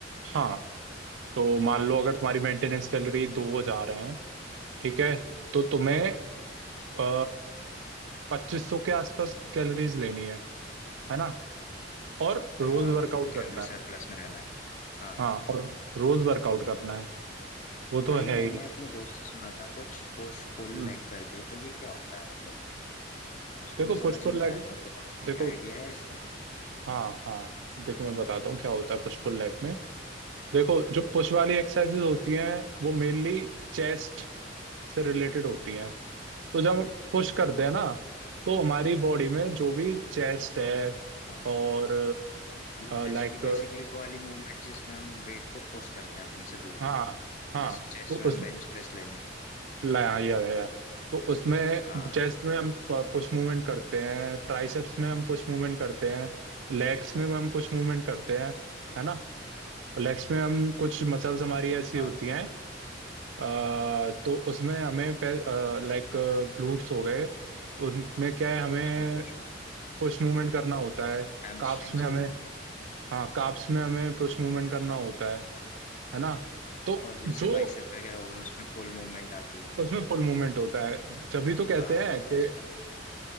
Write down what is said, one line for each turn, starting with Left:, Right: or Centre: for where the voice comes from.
Right: हाँ तो मान लो अगर तुम्हारी मेंटेनेंस कैलोरी दो जा रहे हैं ठीक है तो तुम्हें आ, पच्चीस सौ के आसपास कैलोरीज लेनी है है ना और रोज
Left: हाँ
Right: वर्कआउट
Left: मतलब
Right: करना
Left: कैलोरी सरप्लस
Right: है
Left: में रहना है हाँ
Right: हाँ और रोज वर्कआउट करना है वो
Left: और
Right: तो
Left: भाई
Right: है
Left: मैंने
Right: ही
Left: अपने दोस्त से सुना था कुछ पुश पुल
Right: हम्म
Left: लेग करके तो ये क्या होता है मतलब उसको
Right: देखो
Left: मैं समझ
Right: पुश पुल
Left: नहीं पाया
Right: लेग
Left: था तो आपको
Right: देखो
Left: क्या आइडिया है इसका
Right: हाँ हाँ देखो मैं बताता हूँ क्या होता है पुश पुल लेग में देखो जो पुश वाली एक्सरसाइजेज होती हैं वो मेनली चेस्ट से रिलेटेड होती हैं तो जब हम पुश करते हैं ना तो हमारी बॉडी में जो भी चेस्ट है
Left: हाँ
Right: और
Left: मतलब जैसे
Right: लाइक
Left: कि बेसिकली वो वाली मूवमेंट जिसमें हम वेट को पुश करते हैं अपने से दूर
Right: हाँ हाँ
Left: जैसे चेस्ट
Right: तो
Left: में
Right: उस
Left: हम बेंच प्रेस ले लें
Right: लाया या, या, तो उसमें
Left: हाँ
Right: चेस्ट में हम पुश मूवमेंट करते हैं ट्राइसेप्स में हम पुश मूवमेंट करते हैं लेग्स में हम पुश मूवमेंट करते हैं है ना लेग्स में हम कुछ मसल्स हमारी ऐसी
Left: हाँ
Right: होती
Left: हाँ
Right: हैं अ, तो उसमें हमें लाइक ग्लूट्स हो गए उनमें क्या है हमें
Left: उसमें पुश करनी होती
Right: पुश मूवमेंट
Left: है
Right: करना होता है
Left: हैमस्ट्रिंग्स
Right: काप्स में हमें
Left: हो गई
Right: हाँ काप्स में हमें पुश मूवमेंट करना होता है है ना तो
Left: और जैसे
Right: जो
Left: बाइसेप वगैरह हो गए उसमें पुल मूवमेंट आती है
Right: उसमें पुल मूवमेंट होता है जब भी तो कहते
Left: हाँ
Right: हैं
Left: समझ
Right: कि
Left: गया